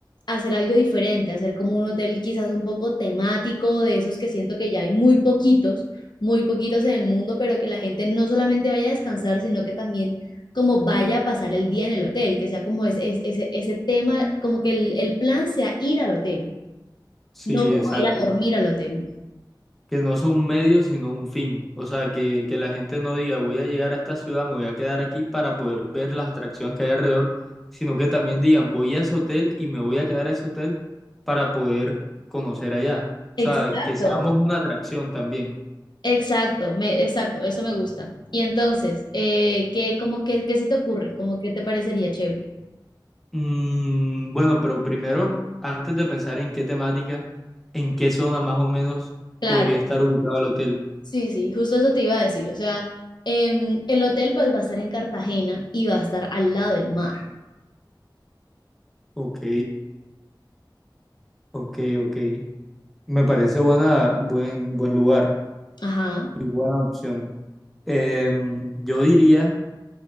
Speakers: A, on the left; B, in the centre.
A: hacer algo diferente, hacer como un hotel quizás un poco temático, de esos que siento que ya hay muy poquitos, muy poquitos en el mundo, pero que la gente no solamente vaya a descansar, sino que también como vaya a pasar el día en el hotel, que sea como es, es- ese, ese tema, como que el, el plan sea ir al hotel,
B: Sí,
A: no como
B: exacto.
A: ir a dormir al hotel.
B: Que no soy un medio, sino un fin. O sea, que, que la gente no diga voy a llegar a esta ciudad, me voy a quedar aquí para poder ver las atracciones que hay alrededor, sino que también digan voy a ese hotel y me voy a quedar a ese hotel para poder conocer allá. O sea,
A: Exacto,
B: que seamos una atracción también.
A: exacto, me, exacto, eso me gusta. Y entonces, eh, ¿qué, como que, qué se te ocurre? cómo que te parecería chévere?
B: Mm, bueno, pero primero, antes de pensar en qué temática, en qué zona más o menos
A: Claro.
B: podría estar ubicado el hotel.
A: Sí, sí, justo eso te iba a decir. O sea, em, el hotel pues va a estar en Cartagena y va a estar al lado del mar.
B: Ok, ok, ok. Me parece buena, buen, buen lugar
A: Ajá,
B: y buena opción. Em, yo diría